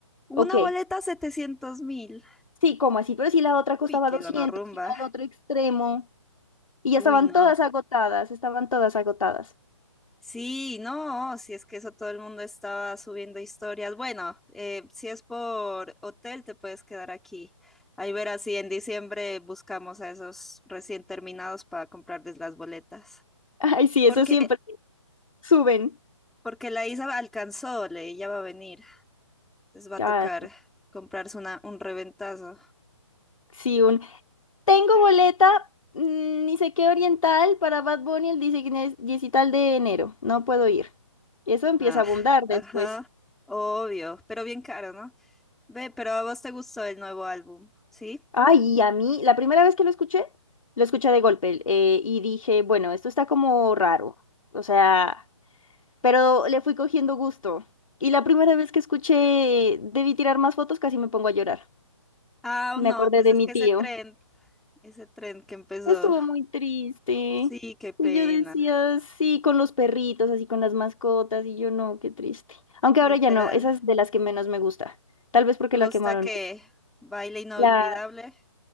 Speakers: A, in the centre; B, on the left.
A: una
B: Ok,
A: boleta setecientos mil.
B: sí, como así, pero si la otra
A: Uy,
B: costaba
A: qué
B: 200
A: gonorrumba.
B: y era el otro extremo y
A: Uy,
B: ya estaban
A: no.
B: todas agotadas, estaban todas agotadas.
A: Sí, no, si es que eso todo el mundo estaba subiendo historias. Bueno, eh, si es por hotel, te puedes quedar aquí. Ahí verás si en diciembre buscamos a esos recién terminados para comprarles las boletas.
B: <laughs> Ay, sí,
A: Porque,
B: eso siempre suben.
A: porque la Isa alcanzó, le, ella va a venir. Les va a
B: Ah,
A: tocar comprarse una, un reventazo.
B: sí, Tengo boleta, mm, ni sé qué oriental para Bad Bunny el 19 diecital de enero. No puedo ir. Eso empieza
A: Ah,
B: a abundar después.
A: ajá, obvio, pero bien caro, ¿no? Ve, pero a vos te gustó el nuevo álbum, ¿sí?
B: Ay, y a mí, la primera vez que lo escuché, lo escuché de golpe eh, y dije, bueno, esto está como raro. O sea, pero le fui cogiendo gusto. Y la primera vez que escuché, eh, debí tirar más fotos, casi me pongo a llorar.
A: Ah,
B: Me
A: no,
B: acordé
A: pues
B: de
A: es
B: mi
A: que
B: tío.
A: ese tren, ese tren que empezó.
B: Estuvo muy triste.
A: Sí, qué pena,
B: Y yo decía, sí, con los perritos, así con las mascotas, y yo no, qué triste. Aunque
A: literal.
B: ahora ya no, esa es de las que menos me gusta. Tal vez porque
A: ¿Te gusta
B: la quemaron
A: que
B: mucho.
A: baile inolvidable?
B: La,